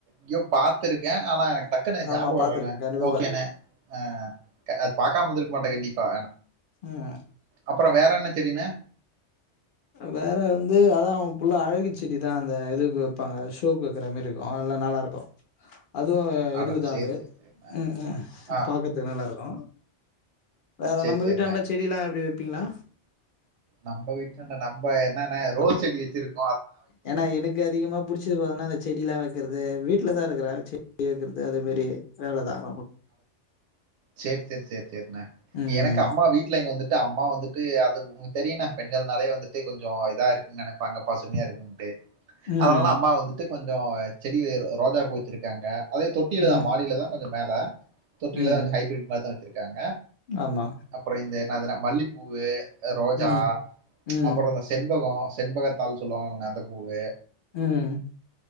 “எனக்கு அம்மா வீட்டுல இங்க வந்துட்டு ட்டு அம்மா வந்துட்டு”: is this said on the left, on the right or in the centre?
Right